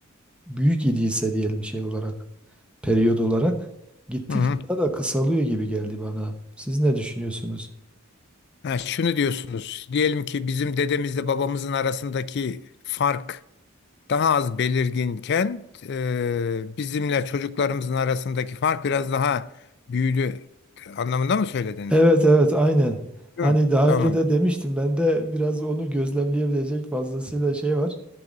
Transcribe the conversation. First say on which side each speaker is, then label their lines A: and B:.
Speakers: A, in the centre; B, on the left.
A: büyük idiyse diyelim şey olarak, periyod olarak gittikçe
B: hı.
A: daha da kısalıyor gibi geldi bana. Siz ne düşünüyorsunuz?
B: Ha, şunu diyorsunuz. Diyelim ki bizim dedemizle babamızın arasındaki fark daha az belirginken e, bizimle çocuklarımızın arasındaki fark biraz daha büyüdü anlamında mı söylediniz?
A: Evet evet aynen. Hani
B: Değil mi?
A: daha
B: Tamam.
A: önce de demiştim ben de biraz onu gözlemleyebilecek fazlasıyla şey var.